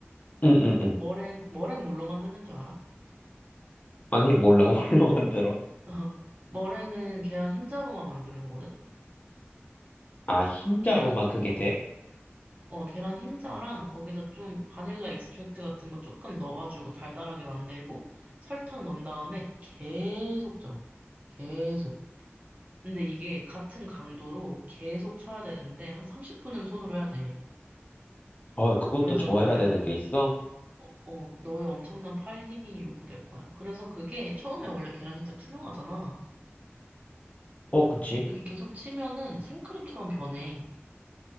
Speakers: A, on the left; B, on the right.
A: 응, 응, 응.
B: 머랭, 머랭 뭘로 만드는 줄 알아?
A: 아니, 몰라. <laughs> 뭘로 만들어?
B: <laughs> 머랭은 계란 흰자로만 만드는 거거든?
A: 아, 흰자로만
B: 계란 흰,
A: 그게 돼?
B: 어, 계란 흰자랑 거기다 좀 바닐라 익스트랙트 같은 거 조금 넣어가지고 달달하게 만들고 설탕 넣은 다음에 계속 쪄. 계속. 근데 이게 같은 강도로 계속 쳐야 되는데 한 30분은 손으로 해야 돼.
A: 아, 그것도
B: 그래서
A: 저어야
B: 너의
A: 되는
B: 엄,
A: 게 있어?
B: 어, 어, 너의 엄청난 팔 힘이 요구될 거야. 그래서 그게 처음에 원래 계란 흰자 투명하잖아.
A: 어, 그치?
B: 그게 계속 치면은 생크림처럼 변해.